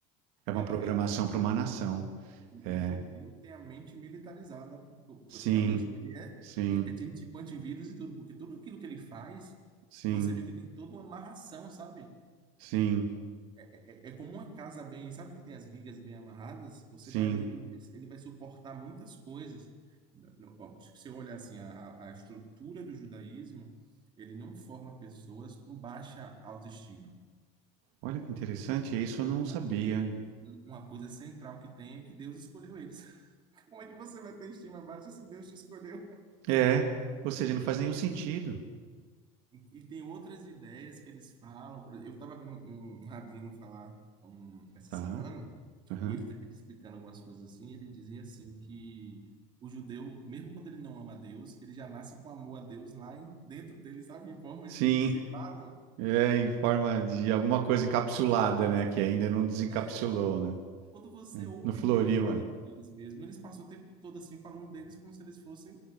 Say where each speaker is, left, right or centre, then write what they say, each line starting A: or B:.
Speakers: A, on the right (about 60°); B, on the right (about 25°).
A: É uma
B: Ela,
A: programação
B: ela
A: para uma nação.
B: O,
A: É,
B: o judeu tem a mente militarizada, porque
A: sim,
B: assim, a mente dele é,
A: sim,
B: é tem tipo antivírus e tudo, porque tudo aquilo que ele faz,
A: sim,
B: você vê que tem toda uma amarração, sabe?
A: sim,
B: É, é é como uma casa bem, sabe que tem as vigas bem amarradas, você
A: sim.
B: vai ali, ele vai, ele vai suportar muitas coisas. No- no- ó, Se você olhar assim, a, a a estrutura do judaísmo, ele não forma pessoas com baixa autoestima.
A: Olha que interessante, isso eu não sabia.
B: Porque uma coisa central que tem é que Deus escolheu eles. <laughs> Como é que você vai ter estima baixa se Deus te escolheu?
A: É, ou seja, não faz nenhum sentido,
B: E, e tem outras ideias que eles falam. por exemplo, eu estava vendo um, um rabino falar um, essa
A: tá?
B: semana,
A: Aham.
B: e ele, ele explicando algumas coisas assim, ele dizia assim que o judeu, mesmo quando ele não ama a Deus, ele já nasce com amor a Deus lá em- dentro dele, sabe? Em forma
A: Sim,
B: de dissipado.
A: é em forma de alguma coisa encapsulada,
B: Então,
A: né?
B: assim,
A: Que ainda não
B: quando-
A: desencapsulou,
B: é, quando,
A: né?
B: quando você
A: É.
B: ouve
A: Não floriu,
B: eles falando
A: é.
B: deles mesmo, eles passam o tempo todo assim falando deles como se eles fossem.